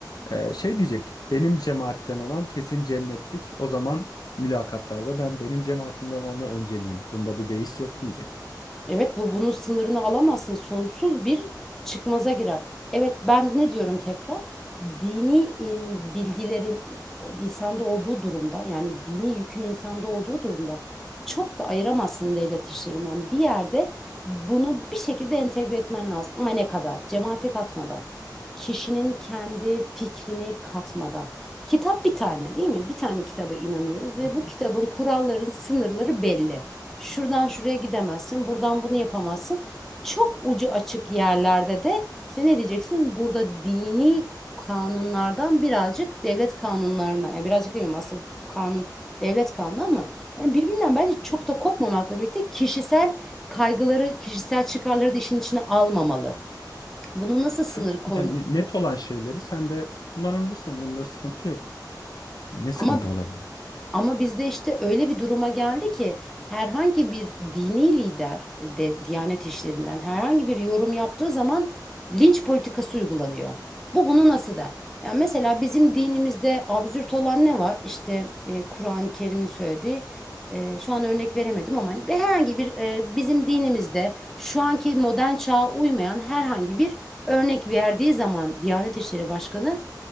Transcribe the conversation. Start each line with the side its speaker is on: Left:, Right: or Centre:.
Left: Ee, şey diyecek, benim cemaatten olan kesin cennetlik. O zaman mülakatlarda ben benim cemaatimden olana önceliyim. Bunda bir beis yok diyecek.
Centre: Evet bu bunun sınırını alamazsın. Sonsuz bir çıkmaza girer. Evet ben ne diyorum tekrar? Dini im, bilgilerin o, insanda olduğu durumda yani dini yükün insanda olduğu durumda çok da ayıramazsın devlet işlerinden. Bir yerde bunu bir şekilde entegre etmen lazım. Ama ne kadar? Cemaate katmadan. Kişinin kendi fikrini katmadan. Kitap bir tane değil mi? Bir tane kitaba inanıyoruz ve
Left: Evet,
Centre: bu
Left: evet.
Centre: kitabın kuralların sınırları belli. Şuradan şuraya gidemezsin, buradan bunu yapamazsın. Çok ucu açık yerlerde de işte ne diyeceksin? Burada dini kanunlardan birazcık devlet kanunlarına, yani birazcık demeyeyim asıl kanun devlet kanunu ama hani birbirinden bence çok da kopmamakla birlikte kişisel kaygıları, kişisel çıkarları da işin içine almamalı. Bunu nasıl sınır
Left: Tabii tabii
Centre: konu
Left: yani net olan şeyleri sen de kullanabilirsin. Bunda sıkıntı yok. Ne sıkıntı
Centre: ama
Left: olabilir?
Centre: Ama bizde işte öyle bir duruma geldi ki herhangi bir dini lider de Diyanet işlerinden herhangi bir yorum yaptığı zaman linç politikası uygulanıyor. Bu bunu nasıl der? Yani mesela bizim dinimizde absürt olan ne var? İşte e, Kur'an-ı Kerim'in söylediği e, şu an örnek veremedim ama hani bir- herhangi bir e, bizim dinimizde şu anki modern çağa uymayan herhangi bir örnek verdiği zaman Diyanet İşleri Başkanı